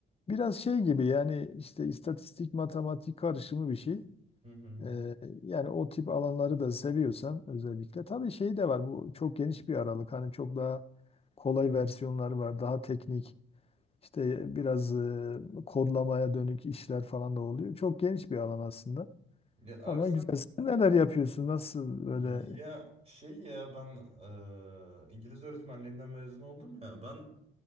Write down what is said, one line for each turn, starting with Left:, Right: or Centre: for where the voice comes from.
Left: Biraz şey gibi yani işte istatistik, matematik karışımı bir şey.
Right: hı hı.
Left: Ee, yani o tip alanları da seviyorsan özellikle. Tabii şey de var bu çok geniş bir aralık. Hani çok daha kolay versiyonları var. Daha teknik işte biraz e, kodlamaya dönük işler falan da oluyor. Çok geniş bir alan aslında.
Right: Ya abi
Left: Ama
Right: sen
Left: güzel. Sen neler yapıyorsun? Nasıl böyle?
Right: ya şey ya ben eee, İngiliz öğretmenliğinden mezun oldum ya. Ben